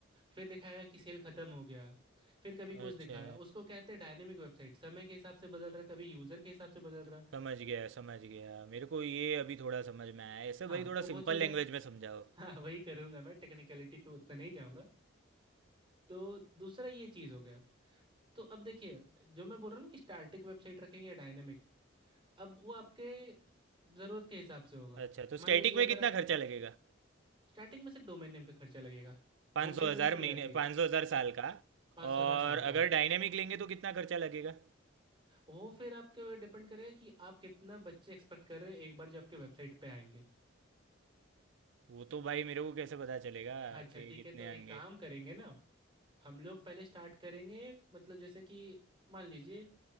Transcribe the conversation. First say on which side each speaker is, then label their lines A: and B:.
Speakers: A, on the right; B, on the right.
A: फिर दिखाया कि सेल खत्म हो गया फिर कभी कुछ
B: अच्छा
A: दिखा रहा उसको कहते हैं डायनेमिक वेबसाइट समय के हिसाब से बदल रहा कभी यूजर के हिसाब से बदल रहा
B: समझ गया समझ गया मेरे को ये अभी थोड़ा समझ में आया ऐसे
A: हाँ
B: भाई थोड़ा
A: तो वो
B: सिंपल
A: चीज़
B: लैंग्वेज
A: है <laughs>
B: में समझाओ
A: हाँ वही करूंगा मैं टेक्निकलिटी पे उतना नहीं जाऊंगा तो दूसरा ये चीज़ हो गया तो अब देखिए जो मैं बोल रहा हूँ ना कि स्टैटिक वेबसाइट रखेंगे या डायनेमिक अब वो आपके ज़रूरत के हिसाब से होगा
B: अच्छा तो स्टैटिक
A: मान लीजिए
B: में
A: अगर
B: कितना खर्चा लगेगा
A: स्टार्टिंग में सिर्फ डोमेन नेम का खर्चा लगेगा
B: पाँच
A: होस्टिंग
B: सौ हज़ार
A: अभी फ्री
B: महीने
A: आती है
B: पाँच सौ हज़ार साल
A: हाँ
B: का
A: पाँच सौ
B: और
A: हज़ार साल का
B: अगर डायनेमिक लेंगे तो कितना खर्चा लगेगा
A: वो फिर आपके डिपेंड करेगा कि आप कितना बच्चे एक्सपेक्ट कर रहे हैं एक बार जो आपके वेबसाइट पे आएंगे
B: वो तो भाई मेरे को कैसे पता चलेगा
A: हाँ अच्छा
B: कि
A: ठीक
B: कितने
A: है तो
B: आएंगे
A: एक काम करेंगे ना हम लोग पहले स्टार्ट करेंगे मतलब जैसे कि मान लीजिए